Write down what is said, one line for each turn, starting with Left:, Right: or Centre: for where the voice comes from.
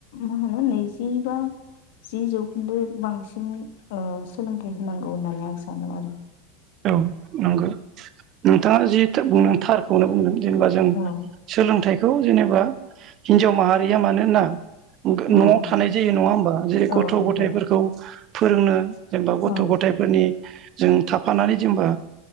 Left: मा होनो नैजि बा जि जौखिदो बांसिन सोलोंथाइ होनांगौ होननानै आं सानो आरो।
Right: औ नंगौ नोंथाङा जि बुंदो थार। खौनो बुंदों। जेनेबा जों
Left: औ
Right: सोलोंथाइखौ जेन बा हिनजाव माहारिया मानोना
Left: औ
Right: न'आव थानाय जायो नङा होमबा जेरै
Left: औ
Right: गथ'
Left: नंगौ
Right: गथायाइफोरखौ फोरोंनो जेनेबा गथ'
Left: औ
Right: गथायफोरनि जों था फानानै जेनबा